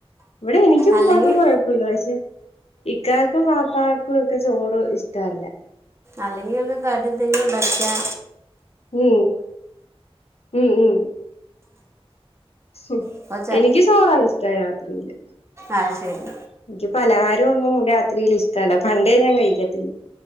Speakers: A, on the left; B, on the right.
A: ഇവിടെ എനിക്കും
B: അല്ലെങ്കിൽ
A: ഉമ്മാക്കും കൊഴ ക്കൂല്ല പക്ഷെ ഇക്കാക്കും വാപ്പക്കും ഒക്കെ ചോറ് ഇഷ്ട്ടല്ല
B: അല്ലെങ്കി <unintelligible> കടി എന്തെങ്കിലുണ്ടാക്കിയാ
A: ഉം ഉം ഉം ഉം
B: അപ്പോൾ
A: എനിക്ക് ചോറാ ഇഷ്ട്ടം രാത്രീല്
B: ആഹ് ശരി
A: എനിക്ക് പലഹാരൊന്നും രാത്രീല് ഇഷ്ട്ടല്ല പണ്ടേ ഞാൻ കഴിക്കത്തില്ല